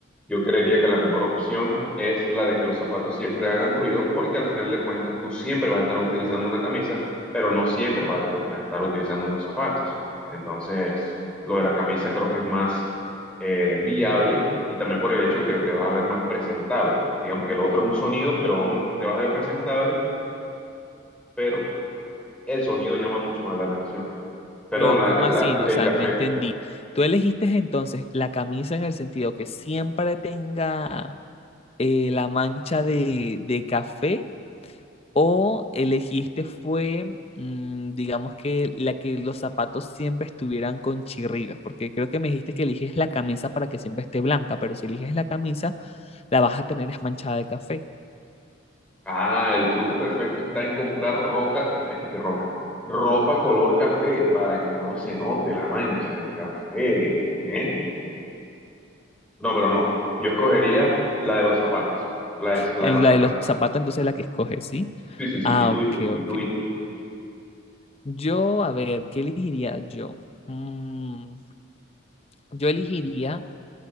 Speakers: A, in the centre; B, on the left.
A: yo creería que la mejor opción es la de que los zapatos siempre hagan ruido, porque al final de cuentas tú siempre vas a estar utilizando una camisa, pero no siempre vas a esto- a estar utilizando unos zapatos. Entonces, lo de la camisa creo que es más eh, viable y también por el hecho de que te vas a ver más presentable. Digamos que el otro es un sonido, pero aún te vas a ver presentable, pero el sonido llama mucho más la atención. Perdón,
B: Pero,
A: la-
B: ¿cómo
A: la-
B: así? No,
A: el
B: O sea,
A: café.
B: no entendí. ¿Tú elegiste entonces la camisa en el sentido que siempre tenga eh, la mancha de, de café ¿O elegiste fue, mm, digamos que la que los zapatos siempre estuvieran con chirridos? Porque creo que me dijiste que eliges la camisa para que siempre esté blanca, pero si eliges la camisa, la vas a tener es manchada de café.
A: Ah, el truco perfecto está en comprar roca, es que roca, ropa color café para que no se note la mancha del café, ¿eh? No, pero no, yo escogería la de los zapatos, la de, la
B: En
A: de los
B: la
A: zapatos.
B: de los zapatos, entonces la que escoges, ¿sí?
A: Sí, sí, sí,
B: Ah,
A: y tú,
B: ok,
A: y tú,
B: ok.
A: y tú, y tú.
B: Yo, a ver, ¿qué elegiría yo? Mm, yo elegiría